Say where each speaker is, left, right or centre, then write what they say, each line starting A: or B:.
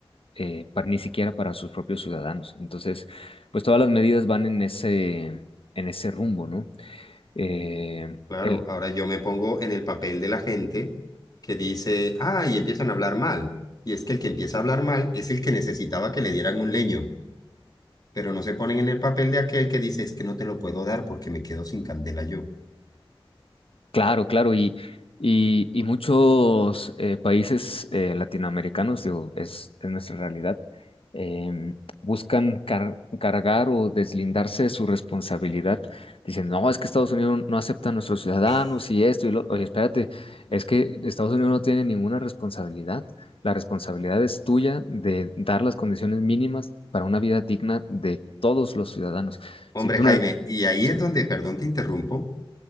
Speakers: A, on the left (about 75°); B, on the left (about 45°).
A: eh, para- ni siquiera para sus propios ciudadanos. Entonces, pues todas las medidas van en ese, en ese rumbo, ¿no? Eh,
B: Claro,
A: el,
B: ahora yo me pongo en el papel de la gente que dice, ah, y empiezan a hablar mal. Y es que el que empieza a hablar mal es el que necesitaba que le dieran un leño, pero no se ponen en el papel de aquel que dice, es que no te lo puedo dar porque me quedo sin candela yo.
A: Claro, claro, y, y, y muchos eh, países eh, latinoamericanos, digo, es, es nuestra realidad, eh, buscan car- cargar o deslindarse de su responsabilidad. Dicen, no, es que Estados Unidos no acepta a nuestros ciudadanos
B: Eh,
A: y esto y lo. Oye, espérate, es que Estados Unidos no tiene ninguna responsabilidad. La responsabilidad es tuya de dar las condiciones mínimas para una vida digna de todos los ciudadanos.
B: hombre,
A: Si tú
B: Jaime,
A: no.
B: y ahí
A: Sí,
B: es donde, perdón, te interrumpo,